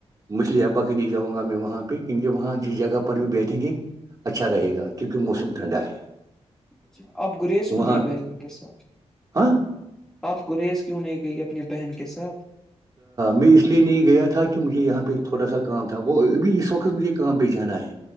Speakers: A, on the right; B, in the centre.
A: مچھلی یاپا کے لی جاؤں گا میں وہاں پہ کیونکہ وہاں جس جگہ پر بھی بیٹھیں گے اچھا رہے گا کیونکہ موسم ٹھنڈا ہے
B: اچھا آپ گرییز کیوں
A: وہاں
B: نہیں گئے ان کے ساتھ
A: ہاں
B: آپ گریز کیوں نہیں گئی اپنی بہن کے ساتھ
A: میں اس لیے نہیں گیا تھا کہ مجھے یہاں پہ تھوڑا سا کام تھا وہ ابھی اس وقت مجھے کام پہ جانا ہے جی